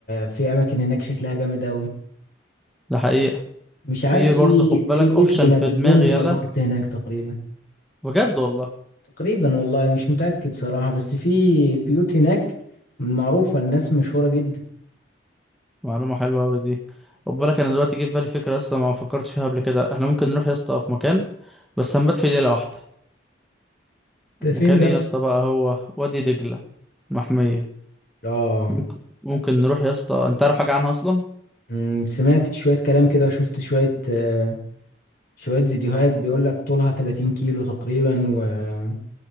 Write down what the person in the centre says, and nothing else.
ده حقيقة
في
برضه خد بالك
اوبشن
في دماغي
يلا
بجد والله
معلومة حلوة اوي دي خد بالك انا دلوقتي جه في بالي فكرة لسه ما فكرتش فيها قبل كده احنا ممكن نروح يا اسطى في مكان بس هنبات في ليلة واحدة
مكان
ايه يا اسطى بقى هو وادي دجلة محمية
ممكن ممكن نروح يا اسطى انت عارف حاجة عنها اصلا